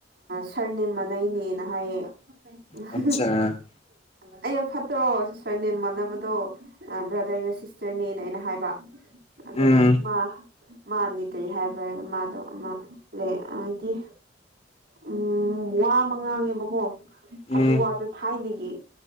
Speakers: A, on the right; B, on the left.
A: ꯁꯔꯅꯦꯝ ꯃꯅꯩꯅꯦꯅ ꯍꯥꯏꯌꯦ ꯑ ꯍꯥꯍꯥ
B: ꯑꯆꯥ
A: ꯑꯩꯩꯅ ꯐꯠꯇ꯭ꯔꯣ ꯁꯔꯅꯦꯝ ꯃꯥꯟꯅꯕꯗꯣ ꯕ꯭ꯔꯗꯔꯒ ꯁꯤꯁꯇꯔꯅꯦ ꯑꯩꯅ ꯍꯥꯏꯕ ꯑꯗꯨꯒ
B: ꯎꯝ
A: ꯃꯥ ꯃꯥꯗꯤ ꯀꯔꯤ ꯍꯥꯏꯕ꯭ꯔꯥ ꯍꯥꯏꯔꯒ ꯃꯥꯗꯣ ꯑꯃ ꯂꯩ ꯍꯥꯏꯗꯤ ꯎꯝ ꯋꯥ ꯑꯃ ꯉꯥꯡꯉꯦꯕꯀꯣ
B: ꯎꯝ
A: ꯑꯗꯨ ꯋꯥꯗꯣ ꯊꯥꯏꯅꯒꯤ